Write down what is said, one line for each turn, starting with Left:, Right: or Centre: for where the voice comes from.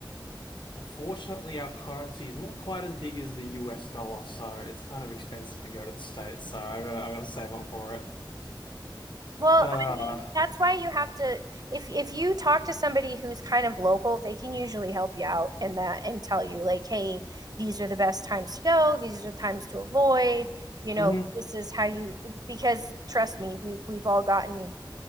Left: Unfortunately, our currency is not quite as big as the US dollar, so it's kind of expensive to go to the States, so I gotta I gotta save up for it.
Right: Well,
Left: Uh,
Right: I mean, that's why you have to, if if you talk to somebody who's kind of local, they can usually help you out in that and tell you like, hey, these are the best times to go, these are the times to avoid, you know,
Left: hmm
Right: this is how you, because trust me, we've we've all gotten,